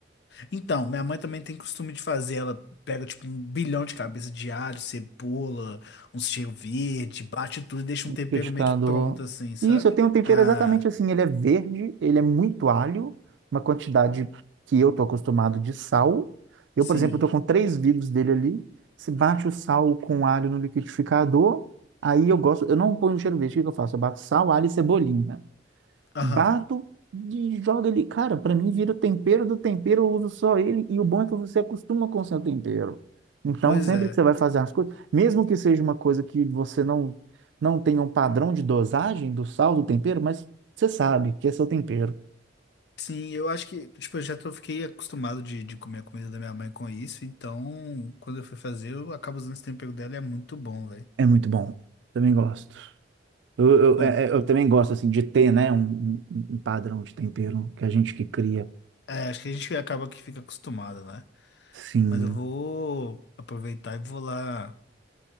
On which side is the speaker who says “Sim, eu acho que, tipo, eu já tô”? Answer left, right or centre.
Left